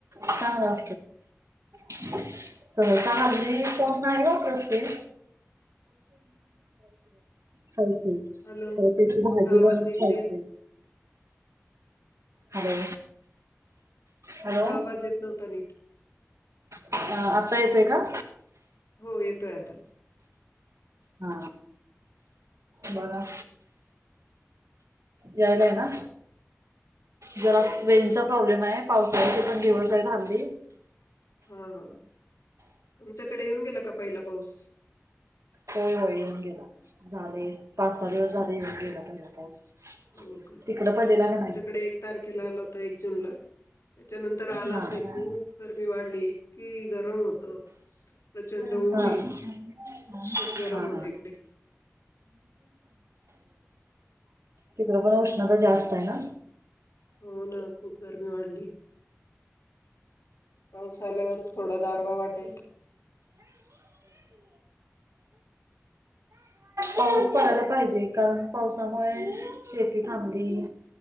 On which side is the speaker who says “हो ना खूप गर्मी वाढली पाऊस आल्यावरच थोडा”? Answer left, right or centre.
Left